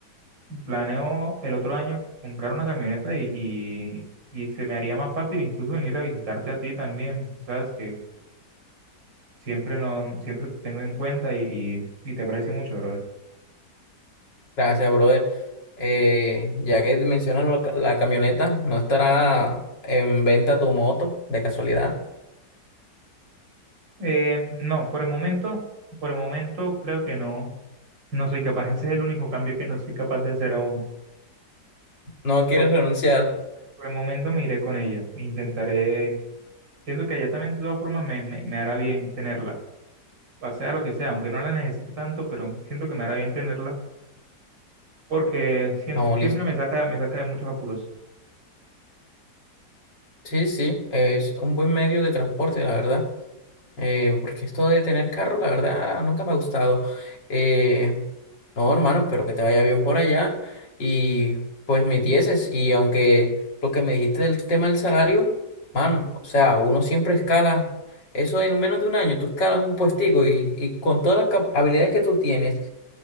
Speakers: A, on the right; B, on the left.
A: planeo el otro año comprar una camioneta y, y, y se me haría más fácil incluso venir a visitarte a ti también, sabes que siempre no, siempre te tengo en cuenta y, y, y te aprecio mucho, brother.
B: Gracias, brother. Eh, ya que mencionas lo- la camioneta, ¿no estará en venta tu moto de casualidad?
A: Eh, no, por el momento, por el momento creo que no, no soy capaz, ese es el único cambio que no soy capaz de hacer aún.
B: No quieres
A: Por,
B: renunciar.
A: por el momento me iré con ella, intentaré, siento que ella también de todas formas me, me, me hará bien tenerla, O sea lo que sea, aunque no la necesito tanto, pero siento que me hará bien tenerla porque siem-
B: No, listo.
A: siempre me saca, me saca de muchos apuros.
B: Sí, sí, es un buen medio de transporte, la verdad. Eh, porque esto de tener carro, la verdad, nunca me ha gustado. Eh, no, hermano, espero que te vaya bien por allá. Y pues mis dieces. Y aunque lo que me dijiste del tema del salario, man, o sea, uno siempre escala. Eso en menos de un año, tú escalas un puestico y, y con todas las cap- habilidades que tú tienes